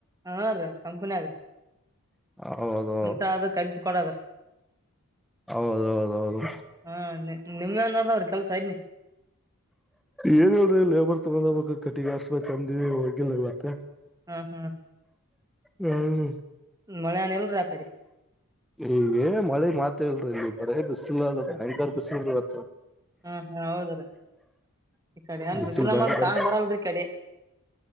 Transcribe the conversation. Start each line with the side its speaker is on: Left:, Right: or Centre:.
Right: ಹಾ ರೀ ಕಂಪನಿ ಆಗ್ರಿ
Centre: ಹೌದು
Right: ಸುಂಟ ಆದ ಕಲಸಿ ಕೊಡದ್ರಿ.
Centre: ಹೌದೌದೌದು
Right: ಹಾ ನಿಮ್ ಏನ್ ನೋಡ ಅವ್ರಿಗ್ ಕೆಲ್ಸ ಅದ್ನಿ.
Centre: ಏನ್ ಹೇಳ್ರಿ ಲೇಬರ್ ತಗೊಂಡಬೇಕ್ ಕಟ್ಟಿಗ ಹಾಸ್ಬೇಕ ಅಂದಿವಿ ಹೋಗಿಲ್ಲ ಇವತ್ತ.
Right: ಹ್ಮ ಹ್ಮ್
Centre: ಹ್ಮ್
Right: ಮಳೆನ್ ಇಲ್ರಿ ಆ ಕಡೆ
Centre: ಈಗ ಮಳೆ ಮಾತ ಇಲ್ರಿ ನೀ ಬರೇ ಬಿಸಿಲ ಅದು ಭಯಂಕರ ಬಿಸಿಲ್ರಿವತ್ತ.
Right: ಹಾ ಹಾ ಹೌದ್ರೀ ಈ ಕಡೆ ನ್
Centre: ಬಿಸಿಲು
Right: ಬಿಸಿಲನ್ನ
Centre: ಭಯಂಕರ
Right: ಕಾಣ ಬರಲ್ರಿ ಈ ಕಡೆ